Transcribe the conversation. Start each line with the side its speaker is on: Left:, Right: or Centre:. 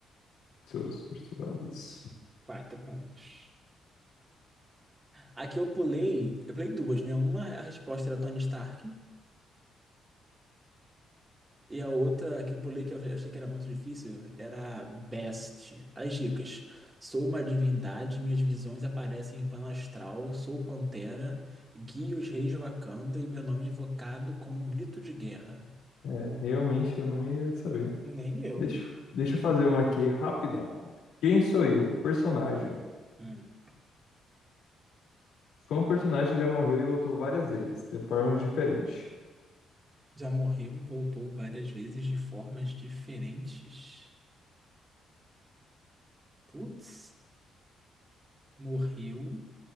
Left: Soro super soldado, isso.
Right: Quatro pontos. Aqui eu pulei, eu pulei duas, né? Uma a resposta era Tony Stark e a outra que eu pulei que eu achei que era muito difícil era Best. As dicas. Sou uma divindade, minhas visões aparecem em plano astral, sou pantera, guio os reis de Wakanda e meu nome é invocado como um grito de guerra.
Left: É, realmente eu não ia saber.
Right: Nem eu.
Left: Deixa, eu- deixa eu fazer uma aqui rapidão. Quem sou eu? Personagem.
Right: Hum.
Left: Foi um personagem que já morreu e voltou várias vezes, de formas diferentes.
Right: Já morreu e voltou várias vezes de formas diferentes. Putz. morreu